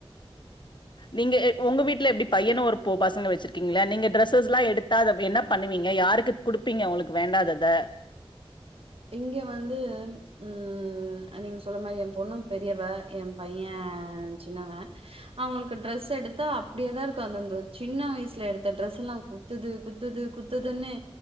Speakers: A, on the left (about 50°); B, on the right (about 70°).
A: நீங்க எ உங்க வீட்ல எப்டி பையனோ ஒரு பொ பசங்க வச்சிருக்கீங்ளா நீங்க டிரெஸ்ஸஸ்ல எடுத் த்தாத என்ன பண்ணுவீங்க யாருக்கு குடுப்பீங்க உங்ளுக்கு வேண்டாதத
B: இங்க வந்து ம் நீங்க சொல்ற மாரி எ பொண்ணு பெரியவ எ பைய சின்னவ அவுங்களுக்கு டிரெஸ் எடுத்தா அப்டியேதா இருக்கு அந்த அந்த சின்ன வயசுல எடுத்த டிரெஸ் எல்லா குத்துது குத்துது குத்துதுன்னே